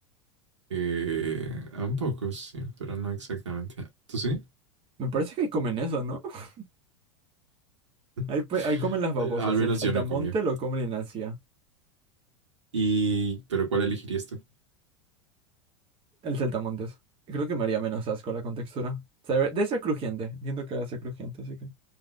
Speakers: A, on the right; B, on the right.
A: Eh, un poco, sí, pero no exactamente. ¿Tú sí?
B: Me parece que ahí comen eso, ¿no? <laughs>
A: <laughs>
B: Ahí, pe- ahí comen las babosas.
A: Al menos
B: El saltamonte
A: yo no he comido.
B: lo comen en Asia.
A: Y, pero ¿cuál elegirías tú?
B: El saltamontes. Creo que me haría menos asco la contextura. Sabe- Debe ser crujiente. Entiendo que va a ser crujiente, así que.